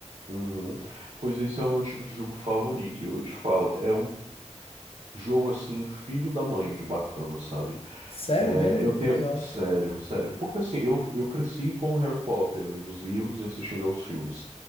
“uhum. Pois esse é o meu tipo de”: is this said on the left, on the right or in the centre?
Right